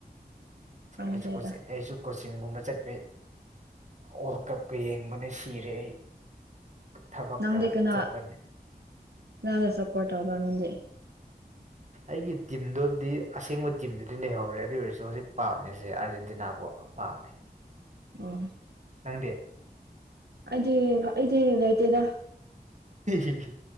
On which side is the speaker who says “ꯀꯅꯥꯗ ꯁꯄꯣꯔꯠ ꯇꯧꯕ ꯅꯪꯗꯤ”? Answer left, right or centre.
Right